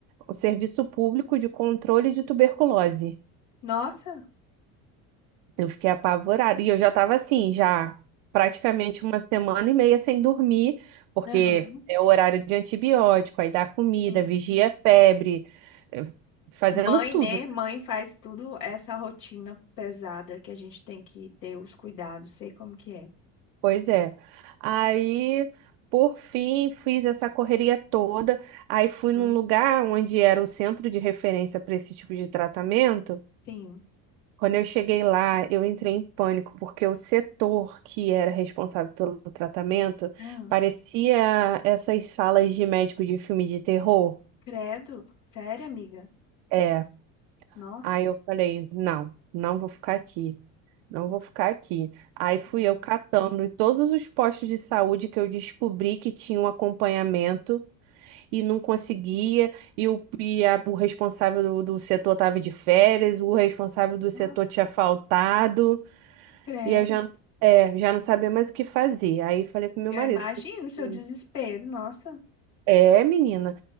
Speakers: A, on the right; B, on the left.
A: um serviço público de controle de tuberculose.
B: Nossa.
A: Eu fiquei apavorada e eu já estava assim, já praticamente uma semana e meia sem dormir, porque
B: Uhum.
A: é o horário de antibiótico, aí dá comida,
B: Sim.
A: vigia a febre, eh, fazendo
B: Mãe,
A: tudo.
B: né? Mãe faz tudo essa rotina pesada que a gente tem que ter os cuidados, sei como que é.
A: Pois é. Aí, por fim, fiz essa correria toda. Aí fui
B: Uhum.
A: num lugar onde era o centro de referência para esse tipo de tratamento.
B: Sim.
A: Quando eu cheguei lá, eu entrei em pânico, porque o setor que era responsável pelo tratamento
B: Ah,
A: parecia essas salas de médico de filme de terror.
B: credo. Sério, amiga?
A: É.
B: Nossa.
A: Aí eu falei, não, não vou ficar aqui. Não vou ficar aqui. Aí fui
B: Credo.
A: eu catando em todos os postos de saúde que eu descobri que tinha um acompanhamento e não conseguia, e o, e a- o responsável do, do setor estava de férias, o responsável do
B: Nossa.
A: setor tinha faltado,
B: Credo.
A: e eu já, é, já não sabia mais o que fazer. Aí falei pro meu
B: Eu
A: marido,
B: imagino
A: falei,
B: o seu
A: assim,
B: desespero. Nossa.
A: é, menina.